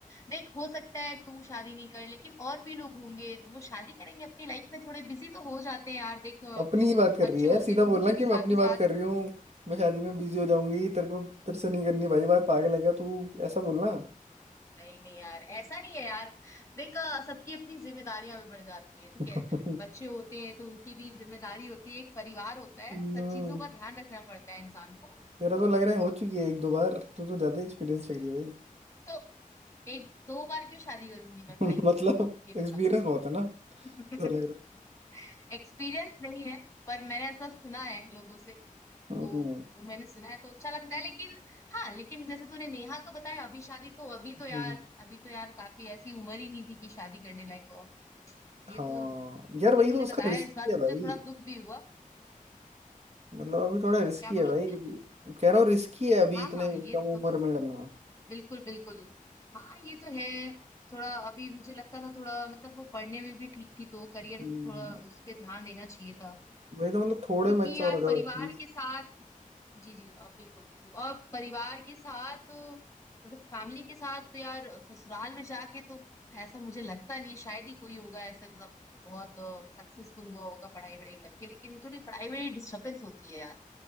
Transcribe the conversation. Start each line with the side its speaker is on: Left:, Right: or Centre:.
Left: देख हो सकता है तू शादी नहीं कर लेकिन और भी लोग होंगे तो वो शादी करेंगे अपनी लाइफ में थोड़े बिजी तो हो जाते हैं यार देख
Right: अपनी ही बात कर
Left: बच्चे
Right: रही है
Left: होते
Right: सीधा
Left: हैं तो
Right: बोलना
Left: उनकी भी
Right: कि मैं
Left: साथ
Right: अपनी
Left: ही
Right: बात
Left: साथ
Right: कर रही हूँ मैं शादी में बिजी हो जाऊंगी तेरे को तेरे से नहीं करनी भाई बात पागल है क्या तू ऐसा बोलना
Left: नहीं नहीं यार ऐसा नहीं है यार देख अ, सबकी अपनी जिम्मेदारियां भी बढ़ जाती है ठीक
Right: <laughs>
Left: है बच्चे होते हैं तो उनकी भी जिम्मेदारी होती है एक परिवार होता है
Right: हम्म
Left: सब चीजों का ध्यान रखना पड़ता है इंसान को
Right: तेरा तो लग रहा है हो चुकी है एक दो बार तू तो ज्यादा एक्सपीरियंस लग रही है
Left: तो एक दो बार क्यों शादी करूंगी मैं भाई
Right: भाई <laughs> मतलब
Left: ये
Right: एक्सपीरियंस
Left: बता
Right: बहुत है ना
Left: <laughs>
Right: ऐसा लग रहा
Left: एक्सपीरियंस नहीं है पर मैंने ऐसा सुना है लोगों से
Right: है हम्म,
Left: तो वो मैंने सुना है तो अच्छा लगता है लेकिन हाँ लेकिन जैसे तूने नेहा का बताया अभी शादी तो अभी तो यार
Right: हम्म।
Left: अभी तो यार काफी ऐसी उम्र ही नहीं थी कि शादी करने लायक हो ये
Right: हाँ
Left: तो जो
Right: यार
Left: भी
Right: वही
Left: तूने
Right: तो उसका
Left: बताया
Right: रिस्की
Left: इस बात
Right: है
Left: से मुझे
Right: भाई
Left: थोड़ा दुख भी हुआ
Right: मतलब अभी थोड़ा
Left: अ,
Right: रिस्की
Left: क्या बोला
Right: है भाई
Left: तूने
Right: अभी कह रहा हूँ रिस्की है अभी
Left: हाँ
Right: इतने
Left: हाँ ये
Right: कम
Left: तो
Right: उम्र में करना
Left: बिल्कुल बिल्कुल हाँ ये तो है थोड़ा अभी मुझे लगता था थोड़ा मतलब वो पढ़ने में भी ठीक थी तो करियर
Right: हम्म,
Left: थोड़ा उस पे ध्यान देना चाहिए था
Right: वही तो मतलब थोड़े
Left: क्योंकि
Right: मैच्योर
Left: यार
Right: हो जाओ
Left: परिवार
Right: एटलीस्ट
Left: के साथ जी जी अ, बिल्कुल बिल्कुल और परिवार के साथ अ, मतलब फैमिली के साथ तो यार ससुराल में जाके तो ऐसा मुझे लगता नहीं है शायद ही कोई होगा ऐसे मतलब बहुत सक्सेसफुल हुआ होगा पढ़ाई वढ़ाई करके लेकिन थोड़ी पढ़ाई में डिस्टर्बेंस होती है यार